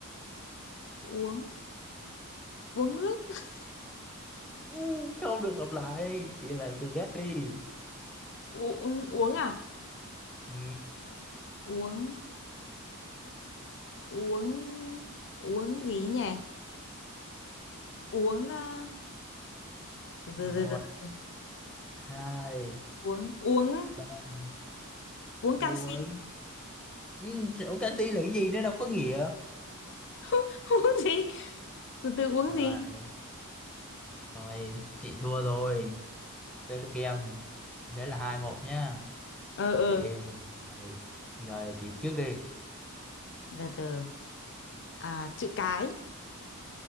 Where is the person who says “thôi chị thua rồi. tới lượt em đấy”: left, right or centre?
Centre